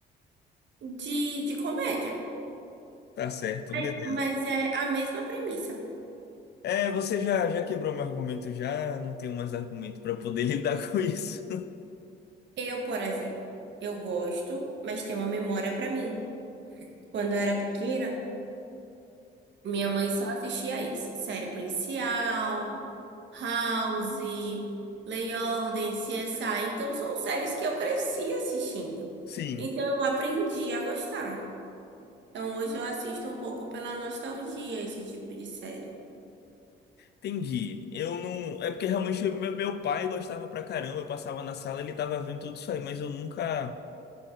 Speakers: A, on the right (about 65°); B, on the left (about 55°).
A: de, de comédia.
B: Tá certo,
A: Mas,
B: beleza.
A: mas é a mesma premissa.
B: É, você já, já quebrou meu argumento já, não tenho mais argumento pra poder <laughs> lidar com isso.
A: Eu, por exemplo, eu gosto, mas tem uma memória pra mim. Quando eu era pequena, Minha mãe só assistia isso. Série policial, House, Lei e Ordem, CSI. Então, são séries que eu cresci assistindo.
B: Sim.
A: Então, eu aprendi a gostar. Então, hoje eu assisto um pouco pela nostalgia esse tipo de série.
B: Entendi. Eu não. É porque realmente meu meu pai gostava pra caramba, eu passava na sala, ele tava vendo tudo isso aí, mas eu nunca.